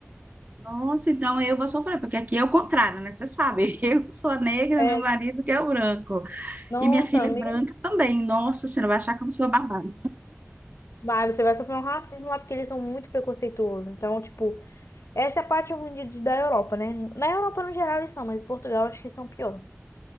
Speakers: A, on the right; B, on the left.
A: Nossa, então eu vou sofrer, porque aqui é o contrário, né? Você sabe, <laughs> eu sou a negra,
B: É,
A: meu marido que é o branco,
B: nossa,
A: e minha filha
B: amiga.
A: é branca também. Nossa, você não vai achar que eu sou babada.
B: Mas você vai sofrer um racismo lá porque eles são muito preconceituosos. Então, tipo, essa é a parte ruim de- de- da Europa, né? Na Europa, no geral, eles são, mas em Portugal, acho que são pior.